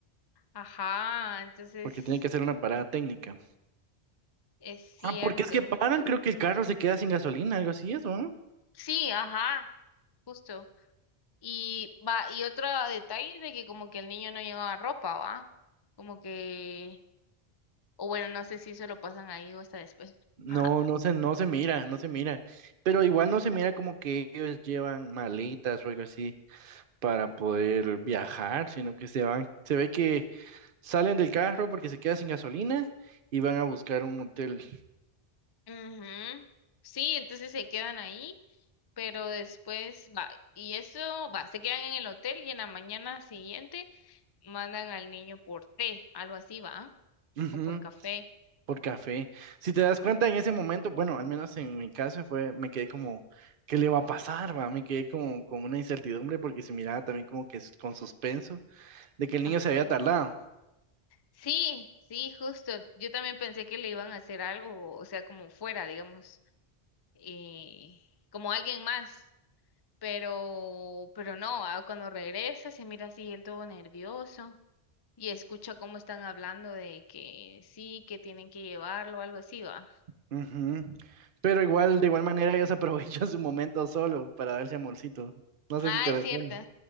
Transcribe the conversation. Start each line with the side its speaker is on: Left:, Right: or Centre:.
Left: Ajá, entonces
Right: porque tiene que hacer una parada técnica.
Left: es cierto.
Right: Ah, porque es que paran, creo que el carro se queda sin gasolina, algo así, eso, ¿no?
Left: Sí, ajá, justo. Y va, y otro detalle de que como que el niño no llevaba ropa, ¿va? Como que, o bueno, no sé si eso lo pasan ahí o hasta después. <laughs>
Right: No,
Left: Ajá.
Right: no se, no se mira, no se mira. Pero igual no se mira como que ellos llevan maletas o algo así para poder viajar, sino que se van, se ve que salen del carro porque se queda sin gasolina y van a buscar un hotel.
Left: Ujú. Sí, entonces se quedan ahí, pero después va, y eso va, se quedan en el hotel y en la mañana siguiente mandan al niño por té, algo así, ¿va?
Right: Ujú.
Left: O por café.
Right: por café. Si te das cuenta en ese momento, bueno, al menos en mi caso fue, me quedé como, ¿qué le va a pasar, va? Me quedé como con una incertidumbre porque se miraba también como que s- con suspenso de que el
Left: Ajá.
Right: niño se había tardado.
Left: Sí, sí, justo. Yo también pensé que le iban a hacer algo, o sea, como fuera, digamos, eh, como alguien más. Pero, pero no, ah, cuando regresa se mira así él todo nervioso y escucha cómo están hablando de que sí, que tienen que llevarlo, algo así, ¿va?
Right: Ujú. Pero igual, de igual manera, ellos <laughs> aprovechan su momento solo para darse amorcito. No
Left: Ah,
Right: sé si te
Left: es
Right: recuerdo.
Left: cierto.